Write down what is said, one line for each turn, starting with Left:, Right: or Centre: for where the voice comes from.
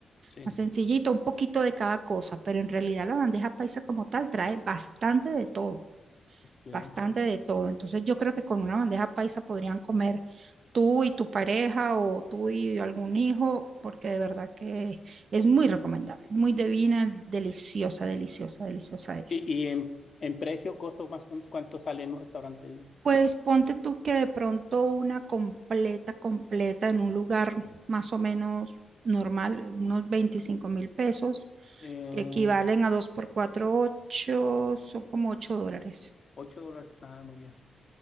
Left: sí.
Right: más sencillito, un poquito de cada cosa, pero en realidad la bandeja paisa como tal trae bastante de todo,
Left: ok.
Right: bastante de todo. Entonces yo creo que con una bandeja paisa podrían comer tú y tu pareja o tú y algún hijo, porque de verdad que es muy recomendable, muy divina, deliciosa, deliciosa, deliciosa es.
Left: ¿Y, y en, en precio, costo, más o menos, cuánto sale en un restaurante?
Right: Pues ponte tú que de pronto una completa, completa en un lugar más o menos normal, unos veinticinco mil pesos,
Left: Eh,
Right: que equivalen a 2 por 4 8 son como 8 dólares.
Left: 8 dólares. Ah, muy bien.